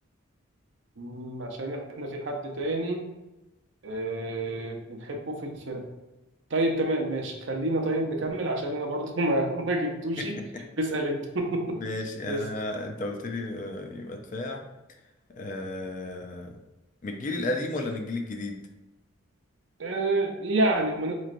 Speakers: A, on the right (about 55°); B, on the left (about 35°).
A: مم، عشان احنا في حد تاني آه، بنحبه في الفرقة طيب تمام ماشي خلينا طيب نكمل عشان انا برضو ما <laughs> ما جبتوش
B: <laughs>
A: اسأل انت
B: ماشي
A: <laughs> اسأل
B: انا انت قلت لي آه، يبقى دفاع آه... من الجيل القديم ولا من الجيل الجديد
A: آه، يعني ما